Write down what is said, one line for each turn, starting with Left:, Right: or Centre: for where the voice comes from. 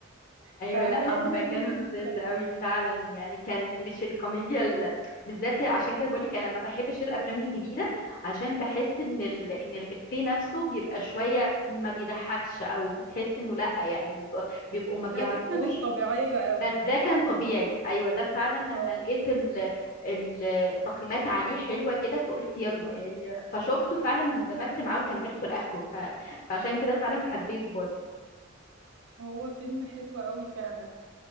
Left: ايوه
Right: فهي
Left: لا هم
Right: ليها
Left: كانوا
Right: كذا مشهد
Left: لذاذ قوي فعلا يعني كان مش الكوميديا ال... بالذات عشان كده بقول لك انا ما بحبش الافلام الجديده عشان بحس ان ال... ان الافيه نفسه بيبقى شويه ما بيضحكش او بتحس انه لا يعني بيبقوا, بيبقوا ما بيعرفوش
Right: لا دي كانت طبيعية قوي
Left: بس ده كان طبيعي ايوه ده فعلا لما
Right: اه
Left: لقيت ال... ال... التقييمات عليه حلوه كده فقلت يلا يعني فشفته فعلا واندمجت معاه وكملته لاخره ف... فعشان كده فعلا حبيته برضه
Right: هو فيلم حلو قوي فعلا